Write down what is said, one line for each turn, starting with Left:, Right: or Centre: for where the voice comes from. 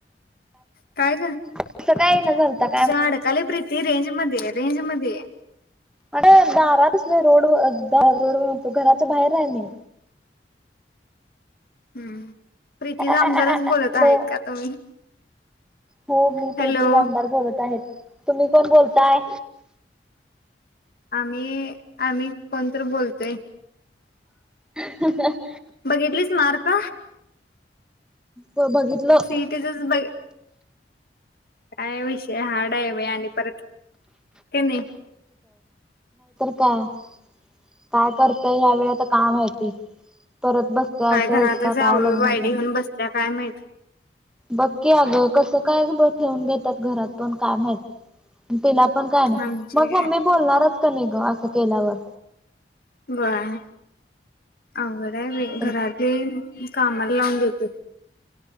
Left: काय गं?
Centre: असं काय
Left: तुझ
Centre: ना झालता काय
Left: अडकाले प्रीती रेंज मध्ये रेंज मध्य ये.
Centre: अरे दारापसल्या रोड, रोडर म्हनतो घराच्या बाहेर आहे मी.
Left: हम्म. प्रीती
Centre: हॅलो
Left: जामदारेचं बोलत आहेत का तुम्ही?
Centre: हो मी प्रीतीे
Left: हॅलो
Centre: जामदार बोलत आहेत. तुम्ही कोण बोलताय?
Left: आम्ही आम्ही कोणतर बोलतोय.
Centre: ह
Left: बघितलीस मार्क?
Centre: हो बघितलो.
Left: सीईटीचच बघ काय विषय हाड आहे बाई, आणि परत, क नाही.
Centre: का. काय करतय यावेेळे ता काय माहिती. परत बसते
Left: काय
Centre: असंच
Left: घरातच
Centre: का काय,
Left: आवळी
Centre: लग्न
Left: वायडी
Centre: कर
Left: घेऊन बसल्या काय माहीत.
Centre: बघकी अगं कसं काय पण ठेवून घेतात घरात पण काय माहीत तिला पण काय नाही,
Left: आमचे
Centre: मग मम्मी बोलणारच कणी ग असं केल्यावर.
Left: व्हय आघड आहे बाई घरात
Centre: तर
Left: बी कामाला लावून देतील.